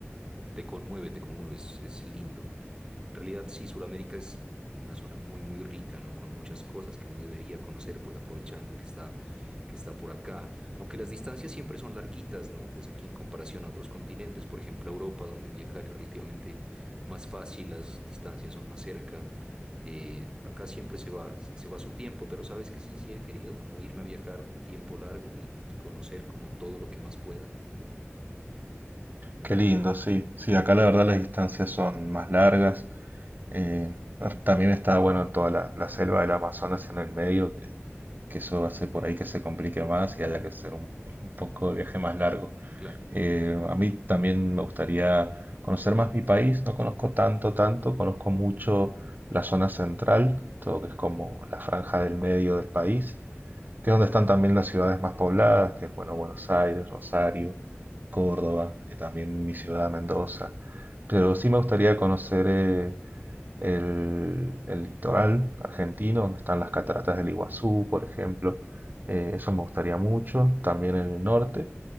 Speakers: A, on the right; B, on the right.
A: te, te conmueve, te conmueve, es, es lindo. En realidad, sí, Sudamérica es una zona muy, muy rica, ¿no? Con muchas cosas que uno debería conocer, pues aprovechando que está, que está por acá. Aunque las distancias siempre son larguitas, ¿no? Pues aquí en comparación a otros continentes, por ejemplo, a Europa, donde viajar es relativamente más fácil, las distancias son más cerca. eh, acá siempre se va, se va su tiempo, pero sabes que sí, sí he querido como irme a viajar un tiempo largo y conocer como todo lo que más pueda.
B: Qué lindo, sí. Sí, acá la verdad las distancias son más largas. Eh, ah, también está bueno toda la, la selva del Amazonas en el medio, que, que eso hace por ahí que se complique más y haya que hacer un, un poco de viaje más largo.
A: Claro.
B: Eh, a mí también me gustaría conocer más mi país, no conozco tanto, tanto, conozco mucho la zona central, todo que es como la franja del medio del país, que es donde están también las ciudades más pobladas, que es bueno, Buenos Aires, Rosario, Córdoba, eh, también mi ciudad, Mendoza. Pero sí me gustaría conocer eh, el, el litoral argentino, donde están las cataratas del Iguazú, por ejemplo. Eh, eso me gustaría mucho. También el norte,